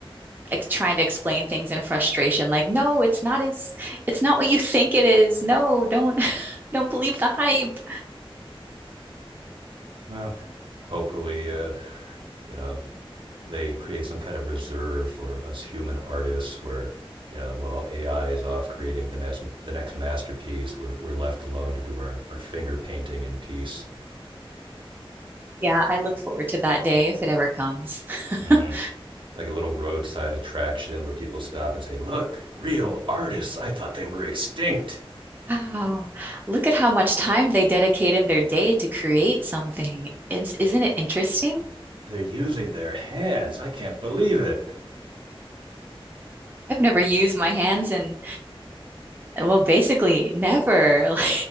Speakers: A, on the right; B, on the right.
A: ex- trying to explain things in frustration, like, no, it's not as it's not what you think it is. No, don't <laughs> don't believe the hype.
B: Well, hopefully uh, you know they create some kind of reserve for us human artists where you know while ai is off creating the next the next masterpiece we're, we're left alone to do our, our finger painting in peace
A: Yeah, I look forward to that day if it ever comes.
B: hmm
A: <laughs>
B: like a little roadside attraction where people stop and say, "Look, real artists! I thought they were extinct.
A: Wow. Look at how much time they dedicate in their day to create something. It's, isn't it interesting?
B: They're using their hands. I can't believe it."
A: I've never used my hands in Well, basically, never. <laughs>